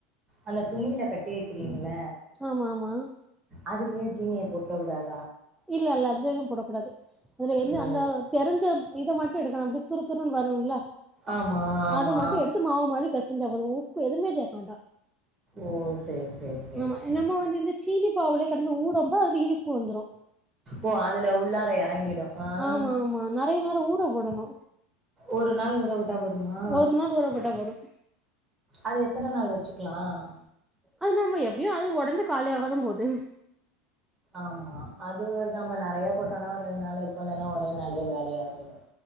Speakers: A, on the right (about 20°); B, in the centre.
A: அந்த துணியில கட்டி வைக்கிறீங்க குல
B: ஆமா ஆமா
A: அதுலயே சீனிய போட்டுரக் கூடாது
B: இல்ல இல்ல அதுவே எங் <unintelligible> க போடக்கும் கூடாது ல என்ன
A: ஓ
B: அந்த தெரிஞ்ச இத மட்டும் எடுக்கணும் அப்படி துரு துருன்ன வரும்லா
A: ஆமா ஆமா
B: அதை மட்டும் எடுத்து மாவு மாதிரி பெசைஞ்சா போதும் ப்ப எதுவுமே ஜெயமாட்டா
A: ஓ சேரி சேரி சேரி
B: ஆமா
A: சேரி
B: நம்ம வந்து இந்த சீனி பாவுலயே கிடந்து ஊறப்போஅது இனி போ வந்துரும்
A: ஓ அதுல உள்ளார இறங்கிடும் ஆஹ்
B: ஆமா ஆமா நெறைய நேரோ ஊற போடணு
A: ஒரு நாள் போதுமா
B: ஒரு நாள் ஊற போட்டா போது
A: அது எத்தனை நாள் வச்சுக்கலாம்
B: அது நாம எப்படியும் அது உடந்து காலி ஆகதா போகுது
A: ஆமா அது நம்ம நிறைய போட்டோம்னா ரெண்டு நாள் இருக்கும் இல்லேன்னா ஒரே நாளிலியே காலியாகிடும்